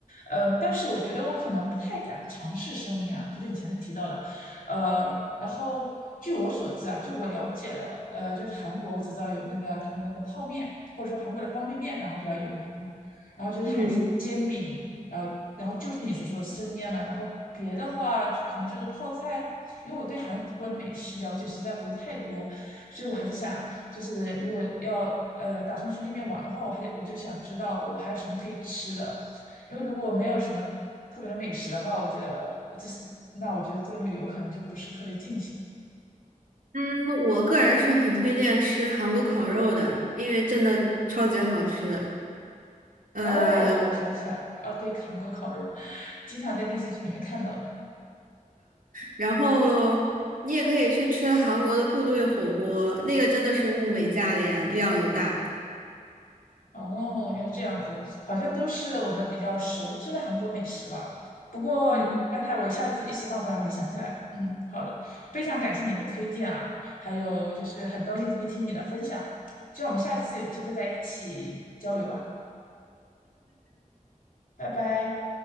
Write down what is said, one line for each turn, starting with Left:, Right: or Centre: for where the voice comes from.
Left: 嗯，但是我觉得我可能不太敢尝试生音啊，就是你前面提到的。呃，然后据我所知啊，就我了解的，呃，就是韩国我只知道有那个他们那个泡面，或者说韩国的方便面，然后比较有名。然后就是海鲜煎饼，
Right: 嗯
Left: 然后然后就是你所说的生腌了。然后别的话可能就是泡菜，因为我对韩国的美食了解实在不是太多。所以我还是想，就是如果要呃打算去那边玩的话，我还我就想知道我还有什么可以吃的，因为如果我没有什么特别的美食的话，我觉得就是那我觉得这个旅游可能就不是特别尽兴。
Right: 嗯，我个人是很推荐吃韩国烤肉的，因为真的超级好吃。呃，
Left: 哦，
Right: 啊，
Left: 我想起来了，啊，对，韩国烤肉，经常在电视剧里面看到的。
Right: 然后你也可以去吃韩国的部队火锅，那个真的是物美价廉，量又大。
Left: 哦，原来这样子，好像都是我们比较熟知的韩国美食吧。不过刚才我一下子一时半会儿还没想起来。
Right: 嗯。
Left: 嗯，好的，非常感谢你的推荐啊，还有就是很高兴今天听你的分享，希望我们下次有机会在一起交流吧，拜拜。